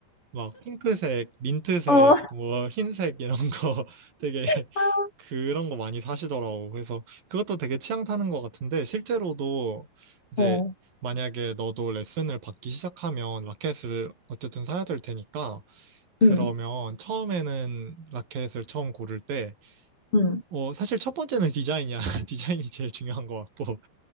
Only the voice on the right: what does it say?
막 핑크색, 민트색,
뭐 흰색 이런 거 <laughs> 되게 <laughs>
그런 거 많이 사시더라고. 그래서 그것도 되게 취향 타는 것 같은데 실제로도 이제
만약에 너도 레슨을 받기 시작하면 라켓을 어쨌든 사야 될 테니까 그러면
처음에는 라켓을 처음 고를 때
어, 사실 첫 번째는 디자인이야. <laughs> 디자인이 제일 중요한 것 같고